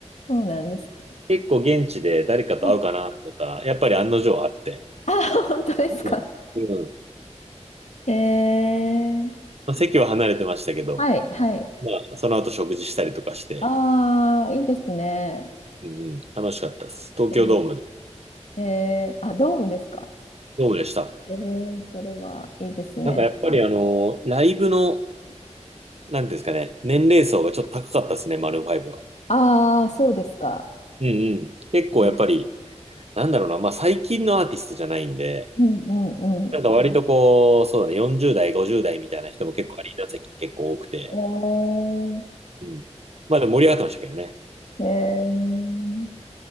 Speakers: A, on the left (about 70°); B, on the right (about 60°).
A: そうなんですか。
B: 結構現地で誰かと会うかなと思ったら、
A: はい、
B: やっぱり案の定会って、
A: はい。あ、本当ですか。
B: うん。うん。
A: えー、
B: まあ、席は離れてましたけど、
A: はい、はい。
B: まあその後食事したりとかして、
A: ああ、いいですね。
B: うんうん、楽しかったです。東京ドームで、
A: えー、えーあ、ドームですか。
B: ドームでした。
A: えー、それはいいですね。
B: なんかやっぱりあの、ライブの、なんていうんですかね、年齢層がちょっと高かったですね、マルーンファイブは。
A: ああ、そうですか。
B: うんうん。結構やっぱり、
A: うん
B: なんだろうな、まあ最近のアーティストじゃないんで、
A: うんうんうん。
B: なんか割とこう、そうだね、40代、50代みたいな人も結構アリーナ席結構多くて、
A: お
B: うん。まあでも盛り上がってましたけどね。
A: ー、えー、